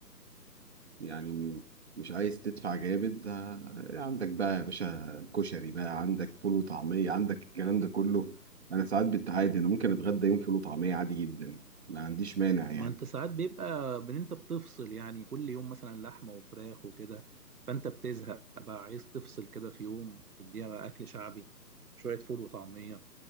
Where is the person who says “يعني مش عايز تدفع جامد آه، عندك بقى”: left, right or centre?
Right